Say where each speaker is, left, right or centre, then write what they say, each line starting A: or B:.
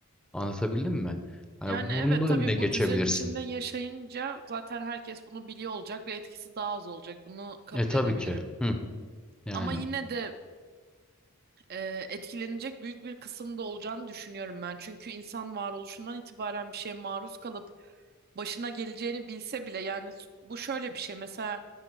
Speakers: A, in the centre; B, on the right (about 45°).
A: Anlatabildim mi? Hani
B: Yani
A: bunun
B: evet
A: da önüne
B: tabii
A: geçebilirsin.
B: bu düzenin içinde yaşayınca zaten herkes bunu biliyor olacak ve etkisi daha az olacak. Bunu kabul
A: E tabii
B: edebilirim.
A: ki. Hı, yani.
B: Ama yine de e, etkilenecek büyük bir kısım da olacağını düşünüyorum ben. Çünkü insan varoluşundan itibaren bir şeye maruz kalıp başına geleceğini bilse bile yani bu şöyle bir şey mesela